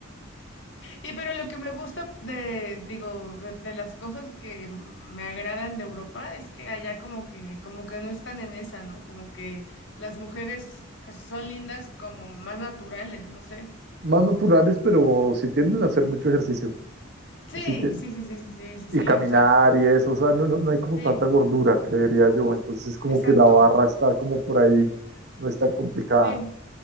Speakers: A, on the left (about 60°); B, on the right (about 55°).
A: Y pero lo que me gusta de, digo, de, de las cosas que me agradan de Europa es que allá como que, como que no están en esa, ¿no? Como que las mujeres pues son lindas como más naturales, no sé.
B: Más naturales, pero sí tienden a hacer mucho ejercicio.
A: Sí,
B: Y, sí tien-
A: sí, sí, sí, sí, sí, sí, sí,
B: y caminar
A: o sea,
B: y eso. O sea, no, no, no hay como
A: sí,
B: tanta gordura, creería yo. Entonces, como
A: exacto,
B: que la barra está como por ahí. No es tan complicada.
A: sí.